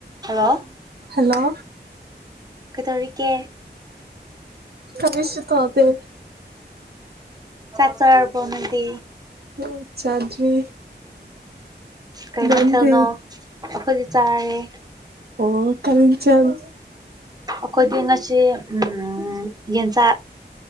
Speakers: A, on the right; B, on the right.
A: hello
B: hello
A: ꯀꯩꯗꯧꯔꯤꯀꯦ
B: ꯀꯔꯤꯁꯨ ꯇꯧꯗꯦ
A: ꯆꯥꯛ ꯆꯥꯔꯕꯣ ꯅꯣꯏꯗꯤ
B: ꯎꯝ ꯆꯥꯗ꯭ꯔꯤ
A: ꯀꯩ
B: ꯅꯪꯗꯤ
A: ꯃꯊꯦꯜꯅꯣ ꯑꯈꯣꯏꯗꯤ ꯆꯥꯔꯦ
B: ꯑꯣ ꯀꯔꯤꯟꯖꯥꯡ
A: ꯑꯈꯣꯏꯗꯤ ꯉꯁꯤ ꯎꯝ ꯌꯦꯟ ꯆꯥꯏ